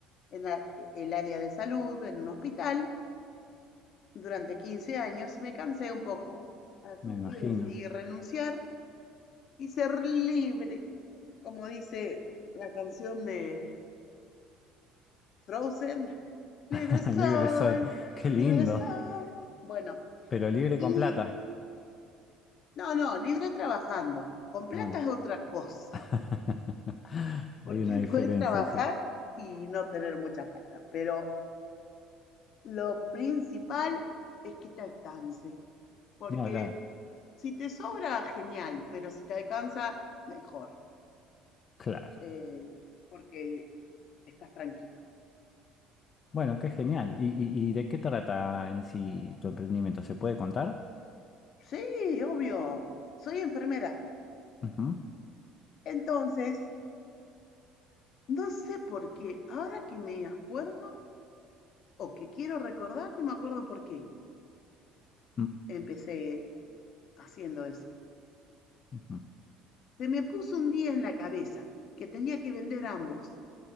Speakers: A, on the left (about 55°); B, on the left (about 45°).
A: en la- el área de salud, en un hospital, durante 15 años y me cansé un poco. Así
B: Me imagino.
A: que decidí renunciar y ser libre, como dice la canción de Frozen. Libre
B: <laughs>
A: soy,
B: Libre soy. Qué lindo,
A: libre soy. Bueno,
B: pero libre
A: y
B: con plata.
A: no, no, libre trabajando. Con plata
B: Ah.
A: es otra cosa,
B: <laughs>
A: porque
B: Hay una
A: <laughs>
B: diferencia,
A: puedes trabajar
B: sí.
A: y no tener mucha plata. Pero lo principal es que te alcance, porque
B: Ni hablar.
A: Si te sobra, genial, pero si te alcanza, mejor,
B: Claro.
A: eh, porque estás tranquilo.
B: Bueno, qué genial. ¿Y, y- y de qué trata en sí tu emprendimiento? ¿Se puede contar?
A: Sí, obvio, soy enfermera.
B: Ujú,
A: Entonces, no sé por qué, ahora que me acuerdo o que quiero recordar, no me acuerdo por qué
B: mm,
A: empecé haciendo eso.
B: ujú.
A: Se me puso un día en la cabeza que tenía que vender ambos,